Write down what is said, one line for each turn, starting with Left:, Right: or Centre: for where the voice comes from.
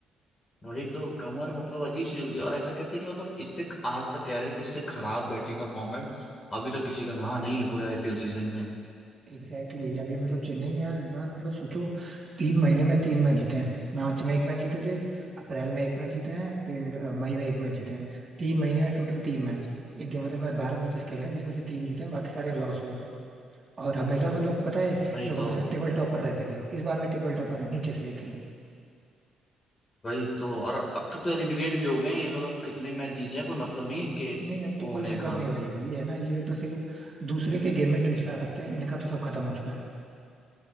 Left: वही तो कमर मतलब अजीब सी चलती है और ऐसा कहते हैं कि मतलब इससे आज तक कह रहे हैं कि इससे खराब बैटिंग का फॉर्मेट अभी तक किसी का रहा नहीं है पूरे आईपीएल सीजन में
Right: Exactly exactly. अभी मतलब चेन्नई ने यार इस बार मतलब सोचो तीन महीने में तीन मैच जीते हैं मार्च में एक मैच जीते थे अप्रैल में एक मैच जीते हैं फिर अ, मई में एक मैच जीते हैं तीन महीने में टोटल तीन मैच ग्यारह में बारह मैचेस खेले हैं जिसमें से तीन जीते हैं बाकी सारे लॉस हुए भाई और हमेशा मतलब पता है ये
Left: वही
Right: लोग
Left: तो
Right: हमेशा टेबल टॉपर रहते थे इस बार भी टेबल टॉपर है नीचे से लेकिन
Left: वही तो और अब तक तो एलिमिनेट भी हो गए हैं ये लोग अब कितने मैच जीत जाए कोई मतलब नहीं इनके
Right: नहीं अब
Left: वो
Right: तो कोई
Left: होने
Right: मतलब
Left: का
Right: नहीं भाई ये है ना ये भी बस ये लोग दूसरे के गेम में ट्विस्ट ला सकते हैं इनका तो सब खत्म हो चुका है